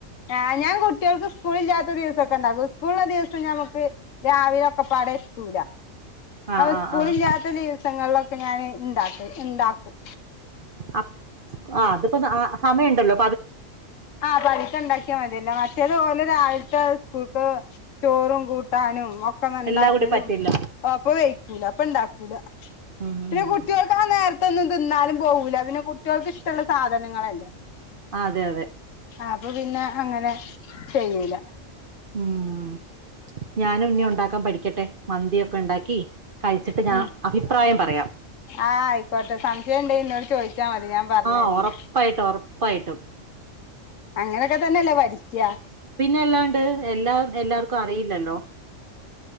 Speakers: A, on the left; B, on the right.
A: ആ് ഞാൻ കുട്ടികൾക്ക് സ്കൂളല്ലാത്ത ദിവസം സ്കൂളള്ള ദിവസം ഞമക്ക് രാവിലെ ഒക്കെ പാടെ എത്തൂല
B: ആഹ്
A: അ
B: ആഹ്
A: സ്കൂളില്ലാത്ത
B: ആഹ്
A: ദിവസങ്ങളിലൊക്കെ ഞാന് ഇണ്ടാക്കും
B: അ ആ അതിപ്പോ സമയംണ്ടല്ലോ
A: ആഹ പതുക്കെ ഉണ്ടാക്കിയാൽ മതിയല്ല മറ്റേത്പോലെ രാവിലെ സ്കൂൾക്ക് ചോറും കൂട്ടാനും പക്ക ഉണ്ടാക്കലും
B: എല്ലാം കൂടി പറ്റില്ല
A: അപ്പ കഴിക്കൂല അപ്പ ഇണ്ടാക്കൂല
B: ഉം ഉം
A: പിന്നെ
B: ഉം
A: കുട്ടികൾക്ക് ആ നേരത്തെൊന്നും തിന്നാലും- പോകൂല പിന്നെ കുട്ടികൾക്ക് ഇഷ്ടമുള്ള സാധനങ്ങല്ലേ
B: ആ, അതെ അതെ
A: അപ്പൊ പിന്നെ അങ്ങനെ ചെയ്യൂല
B: ഉം ഞാനും ഇനി ഉണ്ടാക്കാൻ പഠിക്കട്ടെ മന്തിക്കെ ഉണ്ടാക്കി കഴിച്ചിട്ട് ഞാൻ
A: ഉം
B: അഭിപ്രായം പറയാം
A: ആ ആയിക്കോട്ടെ സംശയുണ്ട് ഇന്നോട് ചോദിച്ച- വിളിച്ചാൽമതി ഞാൻ പറഞ്ഞണ്ട്
B: ആഹ് ഒറപ്പായിട്ടും ഒറപ്പായിട്ടും
A: അങ്ങനൊക്കെ തന്നെയല്ലേ പഠിക്കാ
B: പിന്നെല്ലാണ്ട് എല്ലാ എല്ലാർക്കും അറിയില്ലല്ലോ